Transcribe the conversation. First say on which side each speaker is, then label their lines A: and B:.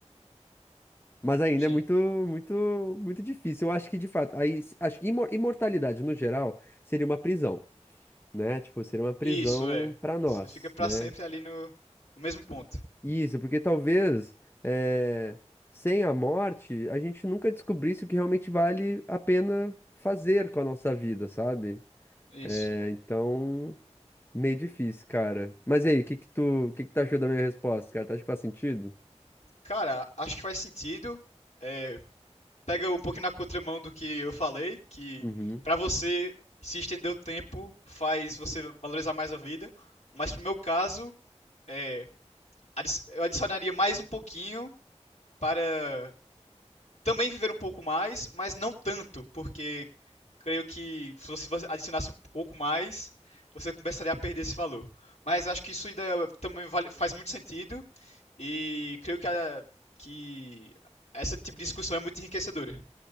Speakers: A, on the left (about 20°); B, on the left (about 75°).
A: Mas ainda
B: Sim.
A: é muito, muito, muito difícil. Eu acho que, de fato, aí, s- acho que imor- imortalidade, no geral, seria uma prisão, né? Tipo, seria uma prisão
B: Isso, é.
A: para nós,
B: Você fica pra
A: né?
B: sempre ali no, no mesmo ponto.
A: Isso, porque talvez, é, sem a morte, a gente nunca descobrisse o que realmente vale a pena fazer com a nossa vida, sabe?
B: Isso.
A: É, então, meio difícil, cara. Mas e aí, o que que tu, o que que tu achou da minha resposta, cara? Tu acha que faz sentido?
B: Cara, acho que faz sentido. É, pega um pouco na contramão do que eu falei, que
A: Uhum.
B: pra você se estender o tempo faz você valorizar mais a vida, mas pro meu caso, é, adi- eu adicionaria mais um pouquinho para também viver um pouco mais, mas não tanto, porque creio que se você adicionasse um pouco mais, você começaria a perder esse valor. Mas acho que isso ainda também vale- faz muito sentido e creio que, a, que essa tipo de discussão é muito enriquecedora.